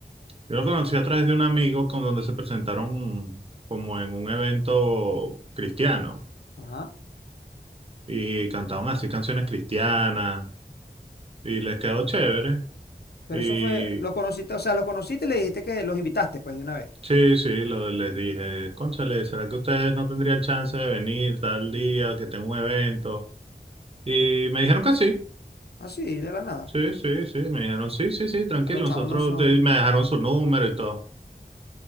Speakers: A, on the right; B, on the left.
A: Yo lo conocí a través de un amigo con donde se presentaron como en un evento cristiano
B: Ajá.
A: y cantaban así canciones cristianas y les quedó chévere.
B: Pero
A: Y
B: eso fue, los conociste, o sea, los conociste y le dijiste que los invitaste, pues, de una vez.
A: sí, sí, lo- les dije, cónchale, ¿será que ustedes no tendrían chance de venir tal día que tengo un evento? Y me dijeron que sí,
B: Así, de la nada.
A: sí, sí, sí, me dijeron sí, sí, sí, tranquilo,
B: A los chamos
A: nosotros
B: no son,
A: de- me dejaron su número y todo.